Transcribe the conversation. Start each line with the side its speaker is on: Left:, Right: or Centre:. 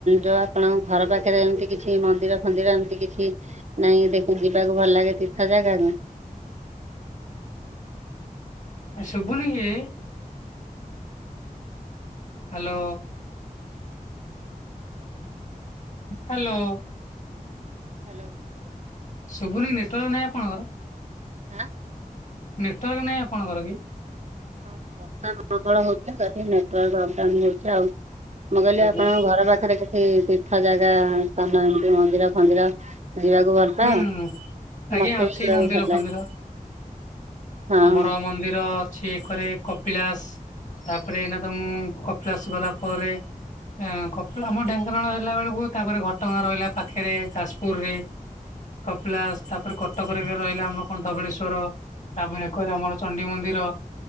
Right: ଯୋଉ ଆପଣଙ୍କ ଘର ପାଖରେ ଏମତି କିଛି ମନ୍ଦିର ଫନ୍ଦିର ଏମତି କିଛି ନାଇଁ ଦେଖ ଯିବାକୁ ଭଲ ଲାଗେ ତୀର୍ଥ ଜାଗାକୁ
Left: ଶୁଭୁନିକି ହ୍ୟାଲୋ। ହାଲୋ।
Right: ହ୍ୟାଲୋ।
Left: ଶୁଭୁନି ନେଟୱାର୍କ ନାହିଁ ଆପଣଙ୍କର।
Right: ଆଁ।
Left: ନେଟୱାର୍କ ନାହିଁ ଆପଣଙ୍କର କି?
Right: ଆଉ ବର୍ଷା ପ୍ରବଳ ହଉଥିଲା ତ ଟିକେ ନେଟୱର୍କ ଅଫ୍ ଡାଉନ୍ ହଉଛି ଆଉ। ମୁଁ କହିଲି
Left: ଆଜ୍ଞା
Right: ଆପଣଙ୍କ ଘର ପାଖରେ କିଛି ତୀର୍ଥ ଜାଗା ସ୍ଥାନ ଏମିତି ମନ୍ଦିର ଫନ୍ଦିର ଯିବାକୁ ଭଲ
Left: ହୁଁ।
Right: ପାଅ
Left: ଆଜ୍ଞା
Right: ମତେ
Left: ଅଛି
Right: ବି ଯିବାକୁ
Left: ମନ୍ଦିର
Right: ଭଲ
Left: ଫନ୍ଦିର
Right: ଲାଗେ। ହଁ
Left: ଆମର ମନ୍ଦିର ଛି ଖରେ କପିଳାସ ତାପରେ ଏଇନା ତ ମୁଁ କପିଳାସ ଗଲା ପରେ ଅ କପି ଆମ ଢେଙ୍କାନାଳ ହେଲା ବେଳକୁ ତାପରେ ଘଟଗାଁ ରହିଲା ପାଖରେ ଯାଜପୁର ରେ। କପିଳାସ ତାପରେ କଟକରେ ବି ରହିଲା ଆମ କଣ ଧବଳେଶ୍ଵର? ତାପରେ ଏକରେ ଆମର ଚଣ୍ଡି ମନ୍ଦିର।